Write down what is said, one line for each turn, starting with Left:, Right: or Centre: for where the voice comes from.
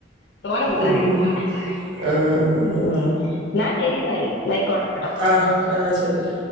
Left: തോനെ കൂട്ടാൻ
Right: ഉം
Left: കയ്യൂല
Right: ഉം ആഹ് ആഹ്
Left: ഉ ആഹ് നാ ശരി എന്നാല് ന്നാ അയിക്കോട്ടെ
Right: ആഹ് ആഹ ശരിയ